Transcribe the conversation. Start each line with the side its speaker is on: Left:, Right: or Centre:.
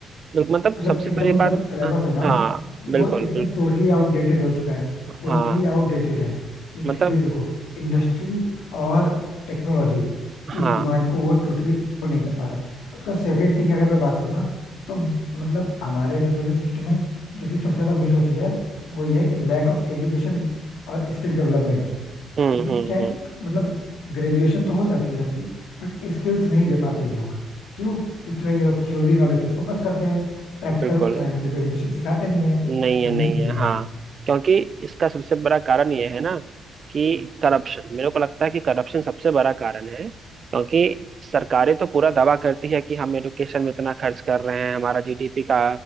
Right: बिल- मतलब
Left: मतलब
Right: सबसे
Left: एकदम
Right: बड़ी
Left: उनका
Right: बात
Left: जो सिलेबस
Right: हाँ
Left: है ना
Right: हाँ,
Left: वो
Right: बिल्कुल
Left: एकदम
Right: बिल्कुल
Left: टोटली आउटडेटेड हो चुका है टोटली
Right: हाँ
Left: आउटडेटेड है क्योंकि
Right: मतलब
Left: अभी देखो इंडस्ट्री और टेक्नोलॉजी
Right: हाँ
Left: इस डिमांड को वो टोटली फुलफिल नहीं कर पा रहे हैं। उसका सेकंड थिंग अगर मैं बात करूँ ना तो मतलब हमारे एजुकेशन सिस्टम में जो चीज़ सबसे ज्यादा मिस होती है वो ये है कि लैक ऑफ एजुकेशन और स्किल डेवलपमेंट
Right: हम्म
Left: क्योंकि
Right: हम्म
Left: क्या है
Right: हम्म
Left: कि मतलब ग्रेजुएशन तो हो जाती है सबकी बट स्किल्स नहीं दे पाते ये लोग क्यों क्योंकि भाई ये लोग थ्योरी नॉलेज पे फोकस करते हैं प्रैक्टिकल
Right: बिल्कुल
Left: उतना इम्प्लीमेंटेशन सिखाते नहीं है
Right: नहीं
Left: मेन
Right: है नहीं
Left: चीज
Right: है
Left: ये
Right: हाँ
Left: है
Right: क्योंकि इसका सबसे बड़ा कारण यह है ना कि करप्शन मेरे को लगता है कि करप्शन सबसे बड़ा कारण है क्योंकि सरकारें तो पूरा दावा करती है कि हम एडुकेशन में इतना खर्च कर रहे हैं हमारा जीडीपी का